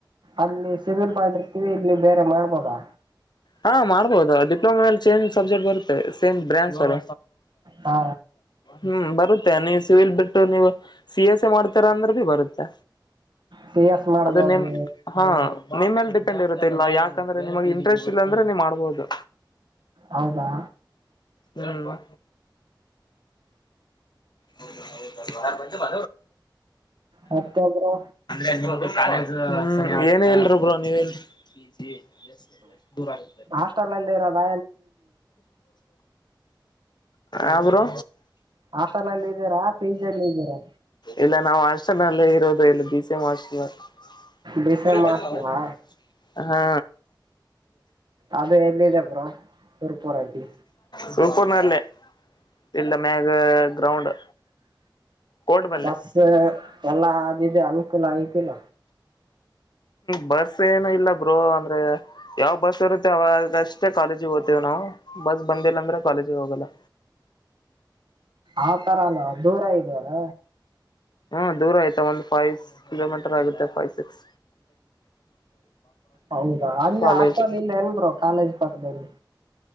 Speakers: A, on the right; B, on the left.
A: ಅಲ್ಲಿ ಸಿವಿಲ್ ಮಾಡಿರ್ತೀವಿ ಇಲ್ಲಿ ಬೇರೆ ಮಾಡ್ಬೋದಾ?
B: ಹಾ ಮಾಡ್ಬದು ಡಿಪ್ಲೊಮ ಮೇಲೆ ಸೇಮ್ ಸಬ್ಜೆಕ್ಟ್ ಬರುತ್ತೆ ಸೇಮ್ ಬ್ರ್ಯಾಂಚ್ ಅಲ್ಲ
A: ಹಾ
B: ಹ್ಮ್ ಬರುತ್ತೆ. ಮತ್ತೆ ನೀವು ಸಿವಿಲ್ ಬಿಟ್ಟು ನೀವು ಸಿ ಎಸ್ ಸಿ ಮಾಡ್ತೀರ ಅಂದ್ರೆ ಬರುತ್ತೆ.
A: ಸಿ ಎಸ್ ಮಾಡ್ಬೋದು
B: ಅದು ನಿಮ ಹಾ ನಿಮೇಲ್ ಡಿಪೆಂಡ್ ಇರುತ್ತಿಲ್ಲ ಯಾಕಂದ್ರೆ ನಿಮಗ್ ಇಂಟ್ರೆಸ್ಟ್ ಇಲ್ಲ ಅಂದ್ರೆ ನೀವು ಮಾಡ್ಬೋದು
A: ಹೌದಾ.
B: ಹ್ಮ್. ಹೌ ಹೌದ ಯಾರ ಬಂದಿಲ್ಲಾ
A: ಮತ್ತೊಬ್ರು
B: ಏನ್ ಇವ್ರ ಯಾರ್ ಇಲ್ಲಾ. ಏನು ಇಲ್ರಿ ಬ್ರೋ ನೀವ ಹೇಳಿ. ಎಷ್ಟ ಎಷ್ಟ ದೂರ ಆಗ.
A: ಹಾಸ್ಟೆಲ್ ಅಲ್ಲಿ ಇರೋದ.
B: ಆ ಬ್ರೋ.
A: ಹಾಸ್ಟೆಲ್ ಅಲ್ಲಿ ಇದೀರಾ ಪಿ ಜಿ ಅಲ್ಲಿ ಇದೀರಾ
B: ಇಲ್ಲ ನಾವು ಹಾಸ್ಟೆಲ್ನಲ್ಲೇ ಇರೋದು ಇಲ್ಲ ದೀ. <unintelligible>
A: ಡಿಸೆಮ್ ಹಾಸ್ಟೆಲಾ
B: ಹಾ.
A: ಅದು ಎಲ್ಲಿದೆ ಬ್ರೋ. ಸುರ್ಪುರಲ್ಲಿ
B: ಸೂಪೂರ್ನಲ್ಲ ಇಲ್ಲ ಮ್ಯಾಗ ಗ್ರೌಂಡ್. ಕೋರ್ಟ್ ಬಲ್ಲೆ
A: ಬಸ್ ಎಲ್ಲಾ ಅದ ಇದ ಅನುಕೂಲ ಐತಿಲ್ಲ.
B: ಬಸ್ ಏನು ಇಲ್ಲ ಬ್ರೋ ಅಂದ್ರೆ. ಯಾವ ಬಸ್ ಇರುತ್ತೆ ಅವಾಗಷ್ಟೇ ಕಾಲೇಜಿಗೆ ಹೋಗ್ತೇವಿ ನಾವು ಬಸ್ ಬಂದಿಲ್ಲ ಅಂದ್ರೆ ಕಾಲೇಜಿಗೆ ಹೋಗಲ್ಲ.
A: ಆ ತರ ಅಲ್ಲ ದೂರ ಇದೆಯ ಅಲ್ಲ.
B: ಹ್ಮ ದೂರ ಆಯ್ತಾ ಒಂದ್ ಫೈವ್ ಕಿಲೋಮೀಟರ್ ಆಗುತ್ತೆ ಫೈವ್ ಸಿಕ್ಸ್.
A: ಹೌದಾ ಅಲ್ಲಿ
B: ಕಾಲೇಜ್
A: ಹಾಸ್ಟೆಲ್ ಇಲ್ಲ ಎನ್ ಬ್ರೋ ಕಾಲೇಜ್ ಪಕ್ಕದಲ್ಲಿ.